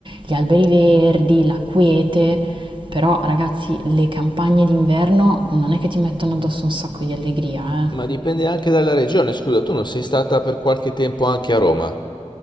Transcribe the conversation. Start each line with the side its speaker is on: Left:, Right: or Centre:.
Right: gli alberi verdi, la quiete, però ragazzi, le campagne d'inverno non è che ti mettono addosso un sacco di allegria, eh.
Left: Ma dipende anche dalla regione, scusa, tu non sei stata per qualche tempo anche a Roma?